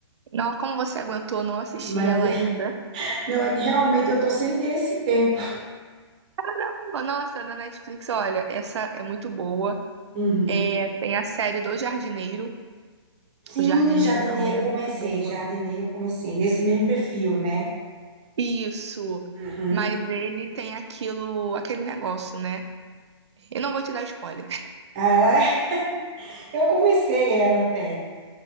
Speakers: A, on the right (about 75°); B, on the right (about 20°).
A: não, como você aguentou não assistir
B: Mas
A: ela
B: <laughs>
A: ainda?
B: não, é que realmente eu tô sem esse tempo.
A: Caramba, nossa, na Netflix, olha, essa é muito boa.
B: Uhum.
A: É, tem a série do Jardineiro.
B: Sim,
A: O Jardineiro
B: jardineiro
A: também é
B: comecei,
A: muito boa.
B: jardineiro eu comecei, nesse mesmo perfil, né?
A: Isso.
B: Uhum.
A: Mas ele tem aquilo, aquele negócio, né? Eu não vou te dar spoiler.
B: Ah, <laughs> eu comecei ela até,